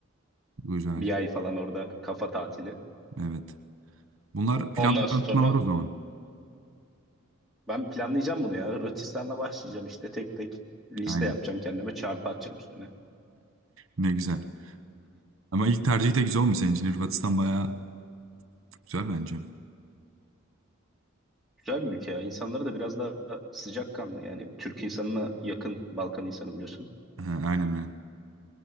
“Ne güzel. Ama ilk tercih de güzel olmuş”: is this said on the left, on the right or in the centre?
Right